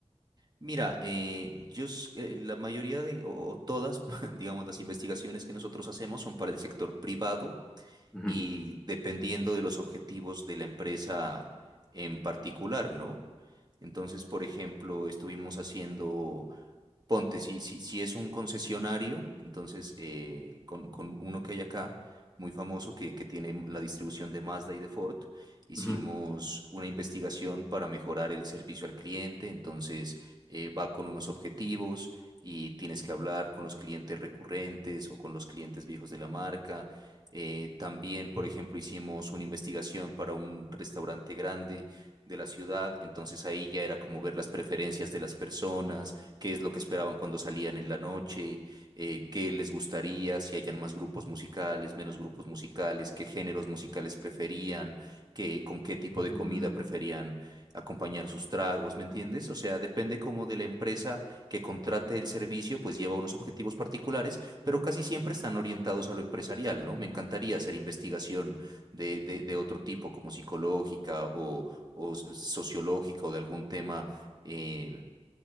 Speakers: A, on the right; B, in the centre.
A: mira, eh, yo, s- eh, la mayoría de, o, o todas, <laughs> digamos, las investigaciones que nosotros hacemos son para el sector privado
B: Ujú,
A: y dependiendo de los objetivos de la empresa en particular, ¿no? Entonces, por ejemplo, estuvimos haciendo Ponte, si, si, si es un concesionario, entonces eh, con, con uno que hay acá, muy famoso, que, que tiene la distribución de Mazda y de Ford, hicimos
B: ujú.
A: una investigación para mejorar el servicio al cliente, entonces eh, va con unos objetivos y tienes que hablar con los clientes recurrentes o con los clientes viejos de la marca. Eh, también, por ejemplo, hicimos una investigación para un restaurante grande de la ciudad, entonces ahí ya era como ver las preferencias de las personas qué es lo que esperaban cuando salían en la noche, eh, qué les gustaría, si hayan más grupos musicales, menos grupos musicales, qué géneros musicales preferían, qué, con qué tipo de
B: Mm,
A: comida preferían acompañar sus tragos, ¿me entiendes? O sea, depende como de la empresa que contrate el servicio, pues lleva unos objetivos particulares, pero casi siempre están orientados a lo empresarial, ¿no? Me encantaría hacer investigación de, de, de otro tipo, como psicológica o, o sociológica o de algún tema. eh,